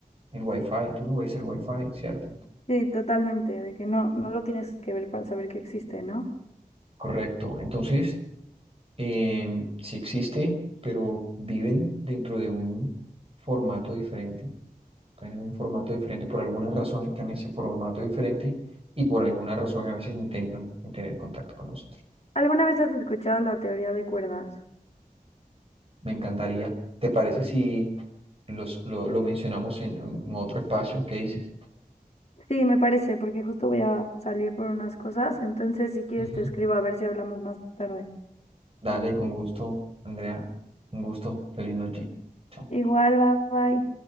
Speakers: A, on the right; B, on the left.
A: el Wi-Fi, tú no ves el Wi-Fi, ¿cierto?
B: Sí, totalmente, de que no, no lo tienes que ver para saber que existe, ¿no?
A: Correcto. Entonces, eh, sí existe, pero viven dentro de un formato diferente. Están en un formato diferente. Por algunas razones están en ese formato diferente y por alguna razón a veces intentan tener contacto con nosotros.
B: ¿Alguna vez has escuchado la teoría de cuerdas?
A: Me encantaría. ¿Te parece si los, lo, lo mencionamos en, en otro espacio? ¿Qué dices?
B: Sí, me parece, porque justo voy a salir por unas cosas, entonces si quieres
A: Ujú.
B: te escribo a ver si hablamos más tarde.
A: Dale, con gusto, Andrea. Un gusto. Feliz noche. Chao.
B: Igual, bye bye.